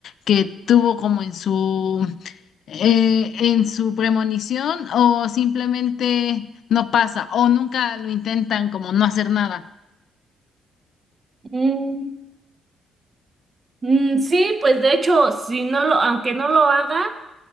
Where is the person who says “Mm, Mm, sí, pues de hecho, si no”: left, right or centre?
Right